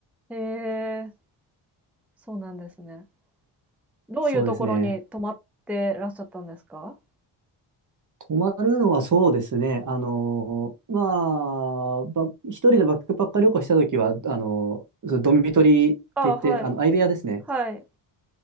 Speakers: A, in the centre; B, on the right.
A: へえ、そうなんですね。どういうところに泊まってらっしゃったんですか？
B: そうですね。泊まるのはそうですね。あの、まあ、ば、一人でバックパッカー旅行したときは、あの、そのドミトリーって言って、
A: ああ、はい、
B: あの、相部屋ですね。
A: はい、